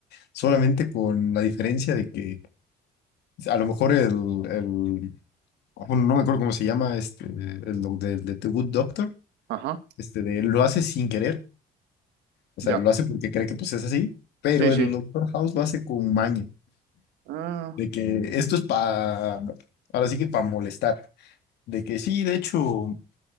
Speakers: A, on the left; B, on the right.
A: solamente con la diferencia de que a lo mejor el, bueno, no me acuerdo cómo se llama, este, el doc- de, de The Good Doctor,
B: Ajá,
A: este, de, él lo hace sin querer, o
B: ya.
A: sea, lo hace porque cree que pues es así, pero
B: Sí, sí.
A: el Doctor House lo hace con maña,
B: Ah,
A: de que esto es para, ahora sí que para molestar, de que sí, de hecho,